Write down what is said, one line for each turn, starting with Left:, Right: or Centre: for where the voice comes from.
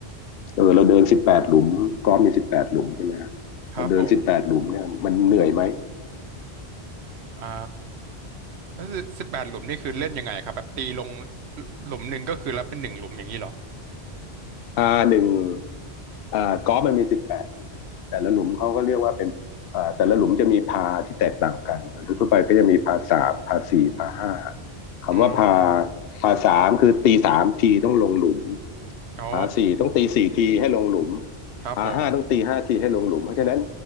Left: เออเราเดินสิบแปดหลุมกอล์ฟมีสิบแปดหลุมใช่ไหม
Right: ครับผม
Left: เราเดินสิบแปดหลุมเนี่ยมันเหนื่อยไหม
Right: อ่าแล้วสิบแปดหลุมนี่คือเล่นยังไงครับแบบตีลงหลุมหนึ่งก็คือรับเป็นหนึ่งหลุมอย่างนี้เหรอ
Left: อ่าหนึ่งอ่ากอล์ฟมันมีสิบแปดหลุมแต่ละหลุมเขาก็เรียกว่าเป็นอ่าแต่ละหลุมจะมีพาที่แตกต่างกันทั่วๆไปก็จะมีพาสามพาสี่พาห้าคำว่าพา
Right: อืม
Left: พาสามคือตีสามทีต้องลงหลุม
Right: อ๋อ
Left: ผาสี่ต้องตีสี่ทีให้ลงหลุม
Right: ครับผม
Left: ผาห้าต้องตีห้าทีให้ลงหลุมเพราะฉะนั้น